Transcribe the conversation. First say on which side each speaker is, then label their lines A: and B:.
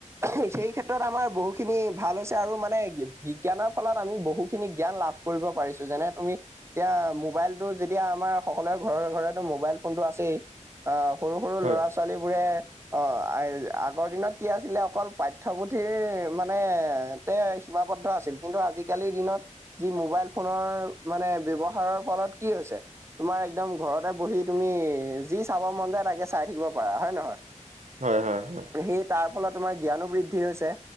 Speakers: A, on the right; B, on the right.
A: সেই খিনী ক্ষেত্ৰত আমাৰ বহুখিনি ভাল হৈছে আৰু মানে বিজ্ঞানৰ ফলত আমি বহুখিনি জ্ঞান লাভ কৰিব পাৰিছো, যেনে তুমি এতিয়া মোবাইলতটো যেতিয়া আমাৰ সকলোৰে ঘৰে ঘৰে মোবাইল ফোনটো আছেই। আহ সৰু সৰু
B: হয়
A: ল'ৰা ছোৱালীবোৰে অ আগৰ দিনত কি আছিলে অকল প্ৰথপুঠিৰ মানে তে সীমাবদ্ধ আছিল কিন্তু আজিকালিৰ দিনত যি মোবাইল ফোনৰ মানে ব্যৱহাৰৰ ফলত কি হৈছে। তোমাৰ একদম ঘৰতে বহি তুমি যি চাব মন যায় তাকে চাই থাকিব পাৰা, হয় নে নহয়?
B: হয় হয় হয়।
A: সেই তাৰ ফলত তোমাৰ জ্ঞানো বৃদ্ধি হৈছে